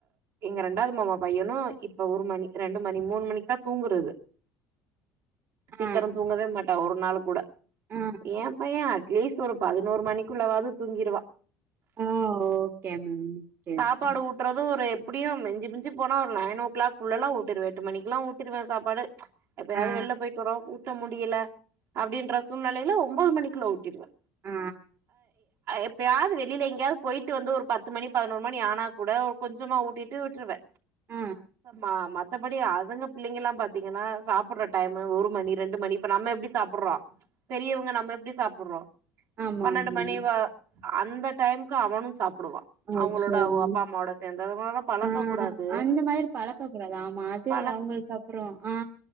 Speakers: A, on the right (about 65°); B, on the right (about 45°).
A: எங்க ரெண்டாது மாமா பையனு இப்ப ஒரு மணி ரெண்டு மணி மூணு மணிக்குதா தூங்குறது சீக்கர
B: ஆ
A: தூங்கவே மாட்டா ஒரு நாளு கூட
B: ஆ
A: ஏ பைய அட்லீஸ்ட் ஒரு பதினோரு மணிக்குள்ளவாது தூங்கிருவா
B: ஆ ஓகே மேம்
A: சாப்பாடு
B: ஓகே
A: ஊட்டுறது ஒரு எப்டியு மிஞ்சி மிஞ்சி போனா ஒரு நைன் ஓ க்ளாக்குள்ளலா ஊட்டிருவே எட்டு மணிக்குலா ஊட்டிருவே சாப்பாடு எப்பயாது
B: ஆ
A: வெள்ல போய்ட்டு வரோ ஊட்ட முடியல அப்டின்ற சூழ்நெலைல ஒம்பொது மணிக்குள்ள ஊட்டிருவே
B: அ
A: எப்பயாது வெளில எங்கையாது போய்ட்டு வந்து ஒரு பத்து மணி பதுனோரு மணி ஆனா கூட ஒரு கொஞ்சமா ஊட்டிட்டு விட்ருவே
B: ஆ ஆ
A: ம மத்தபடி அதுங்க பிள்ளைங்கலா பாத்தீங்கனா சாப்புட்ற டைமு ஒரு மணி ரெண்டு மணி இப்ப நா நம்ம எப்டி சாப்புட்றோ பெரியவங்க நம்ம எப்டி சாப்புட்டுறோ
B: ஆமா
A: பன்னெண்டு
B: ஆமா
A: மணி வா அந்த டைம்க்கு அவனு சாப்புடுவா
B: அச்சோ
A: அவங்களோட அவ
B: ம்
A: அப்பா அம்மாவோட சேந்து அதுனால பழக்க
B: அ
A: கூடாது
B: அந்த மாரி பழக்க கூடாது ஆமா அது
A: பழ
B: அவங்களுக்கு அப்ற ஆ